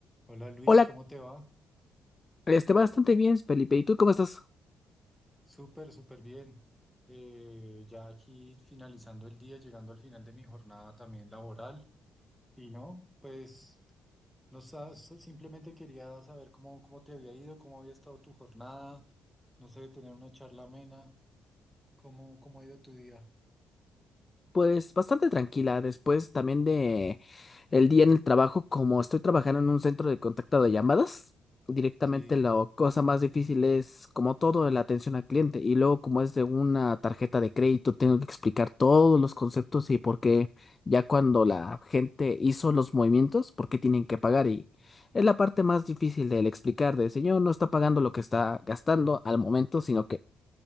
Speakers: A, in the centre; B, on the left.
A: Hola Luis,
B: Hola,
A: ¿cómo te va?
B: esté bastante bien, Felipe. ¿Y tú cómo estás?
A: Súper, súper bien. Eh, ya aquí finalizando el día, llegando al final de mi jornada también laboral. Y no, pues no sa- so- simplemente quería saber cómo, cómo te había ido, cómo había estado tu jornada. No sé, tener una charla amena. ¿Cómo, cómo ha ido tu día?
B: Pues bastante tranquila después también de el día en el trabajo, como estoy trabajando en un centro de contacto de llamadas. Directamente
A: Sí.
B: la cosa más difícil es como todo la atención al cliente y luego como es de una tarjeta de crédito tengo que explicar todos los conceptos y por qué ya cuando la gente hizo los movimientos, por qué tienen que pagar y es la parte más difícil del explicar de señor no está pagando lo que está gastando al momento, sino que